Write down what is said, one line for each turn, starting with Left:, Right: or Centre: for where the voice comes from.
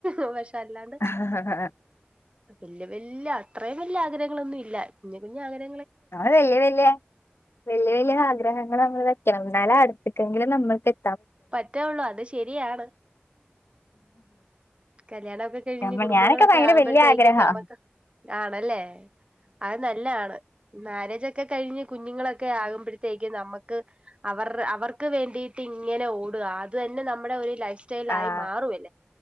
Right: <inaudible> അല്ലാണ്ട്
Left: ആഹ്
Right: വല്യ വല്യ അത്രയും വലിയ ആഗ്രഹ ങ്ങളൊന്നില്ല കുഞ്ഞ് കുഞ്ഞ് അങ്ങനെ
Left: നമ്മള് വല്യ വല്യ വല്യ വലിയ ആഗ്രഹങ്ങൾ നമ്മൾ വെക്കണം. എന്നാല അടുത്ത്ക്കെങ്കിലും നമ്മക്ക് എ
Right: പറ്റൊള്ളൂ അത് ശരിയാണ് കല്യാണ ഒക്കെ കഴിഞ്ഞ്
Left: നമ്മ
Right: കുടുംബങ്ങളൊക്കെ
Left: ഞാനൊക്കെ ഭയങ്കര
Right: ആകുമ്പോഴത്തേക്കും
Left: വല്യ ആഗ്രഹാ
Right: നമുക്ക് ആണല്ലേ അത് നല്ലാണ്. മാര്യേജ് ഒക്കെ കഴിഞ്ഞ് കുഞ്ഞുങ്ങളൊക്കെ ആകുമ്പഴ തേയ്ക്ക് നമ്മക്ക് അവ അവർക്ക് വേണ്ടിയിട്ട് ഇങ്ങനെ ഓടുക അത് തന്നെ നമ്മുടെ ഒരു ലൈഫ് ലൈഫ് സ്റ്റായിലായി
Left: ആഹ്
Right: മാറുംല്ലേ